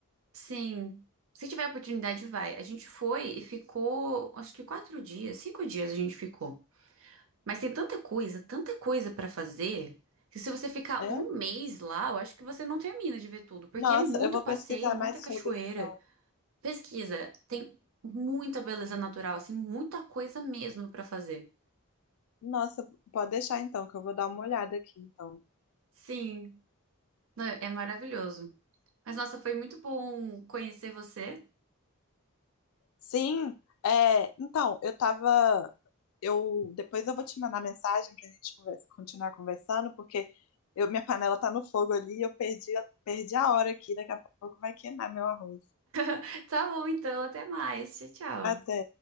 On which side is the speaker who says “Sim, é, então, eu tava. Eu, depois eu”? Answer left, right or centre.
Left